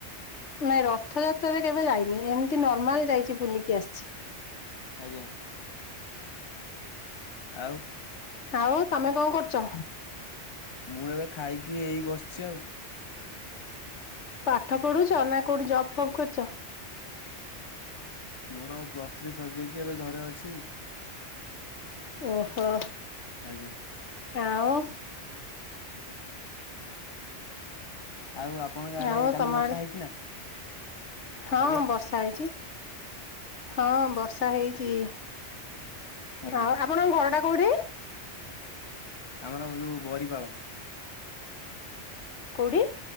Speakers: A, on the left; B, on the left.
A: ନାଇଁ ରଥଯାତ୍ରାରେ କେବେ ଯାଇନି ଏମିତି ନର୍ମାଲ ଯାଇଚି ବୁଲିକି ଆସିଚି।
B: ଆଜ୍ଞା। ଆଉ।
A: ଆଉ ତମେ କଣ କରୁଚ?
B: ମୁଁ ଏବେ ଖାଇକି ଏଇ ବସିଚି ଆଉ।
A: ପାଠ ପଢୁଚ ନା, କୋଉଠି ଜବ ଫବ କରିଚ?
B: ମୋରଉ ପ୍ଲସ୍ ଥ୍ରୀ ସରି ଯାଇଚି, ଏବେ ଘରେ ଅଛି।
A: ଓହୋ
B: ଆଜ୍ଞା
A: ଆଉ। <inaudible>
B: ଆଉ ଆପଣଙ୍କ ଆଡେ
A: ଆଉ
B: କାଲି
A: ତମ
B: ବର୍ଷା
A: ଆଡେ
B: ହେଇଚି ନା?
A: ହଁ
B: ଆଜ୍ଞା
A: ବର୍ଷା ହେଇଚି ହଁ ବର୍ଷା ହେଇଚି।
B: ଆଜ୍ଞା
A: ହଁ ଆପଣଙ୍କ ଘର ଟା କୋଉଠି?
B: ଆମର ଯୋଉ ବରିପାଳ।
A: କୋଉଠି?